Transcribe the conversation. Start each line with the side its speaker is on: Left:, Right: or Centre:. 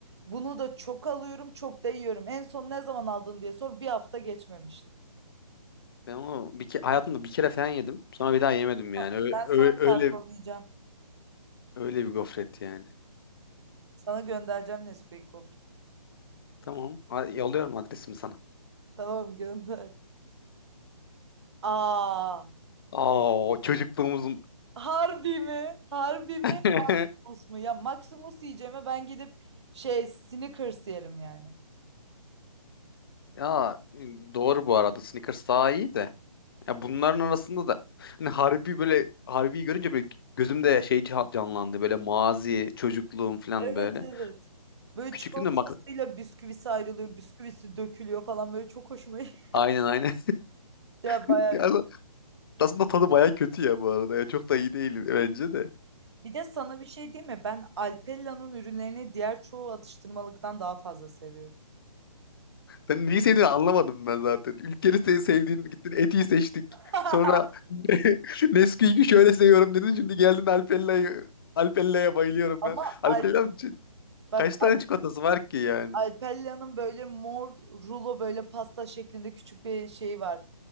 Right: Bunu da çok alıyorum, çok da yiyorum. En son ne zaman aldın diye sor. Bir hafta geçmemişti.
Left: Ben onu bir ke- hayatımda bir kere falan yedim. Sonra bir daha yemedim yani.
Right: Ha,
Left: Öyle,
Right: Ben sana
Left: öyle,
Right: kargolayacağım.
Left: Öyle bir gofret yani.
Right: Sana göndereceğim Nesquik gofret.
Left: Tamam. Ha- Yolluyorum adresimi sana.
Right: Tamam gönder. Aa,
Left: Aa, o çocukluğumuzun.
Right: harbi mi? Harbi mi?
Left: <laughs>
Right: Maximus mu? Ya Maximus yiyeceğime ben gidip şey Snickers yerim yani.
Left: Ya e, doğru bu arada. Snickers daha iyi de. Ya bunların arasında da hani Harbi böyle Harbi'yi görünce böyle gözümde şey ca- canlandı. Böyle mazi, çocukluğum falan
Right: Evet
Left: böyle.
Right: evet. Böyle
Left: Küçüklüğümde
Right: çikolatasıyla
Left: bak
Right: bisküvisi ayrılıyor, bisküvisi dökülüyor falan böyle çok hoşuma <laughs> gitti.
Left: aynen aynen.
Right: Ya
Left: <laughs>
Right: bayağı
Left: Ya
Right: gü-
Left: aslında tadı baya kötü ya bu arada. Ya çok da iyi değil bence de.
Right: Bir de sana bir şey diyeyim mi? Ben Alpella'nın ürünlerini diğer çoğu atıştırmalıktan daha fazla seviyorum.
Left: Sen neyi sevdiğini anlamadım ben zaten. Ülkeni se- sevdiğin, gittin Eti'yi seçtik.
Right: <laughs>
Left: Sonra <laughs> Nesquik'i şöyle seviyorum dedin. Şimdi geldin Alpella'yı. Alpella'ya bayılıyorum
Right: Ama
Left: ben. Alpella'nın
Right: Al
Left: ç-
Right: bak
Left: kaç tane
Right: Al-
Left: çikolatası var ki yani?
Right: Alpella'nın böyle mor rulo böyle pasta şeklinde küçük bir şey var.